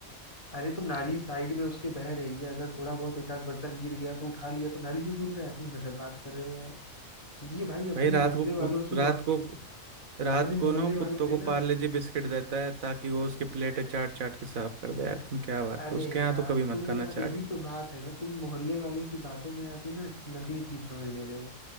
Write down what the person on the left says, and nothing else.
अरे तो नाली साइड में उसके बह रही है अगर थोड़ा बहुत एक आध बर्तन गिर गया तो उठा लिया तो नाली से धुल रहा है तुम गजब बात कर रहे हो यार ये भाई अपने
मोहल्ले
वालों ने सुनो
अपने मोहल्ले
वालों ने
ना
अरे
यार
तुम
यार
यही तो बात है ना तुम मोहल्ले वालों की बातों में आके ना नकली चीज समझ ले रहे हो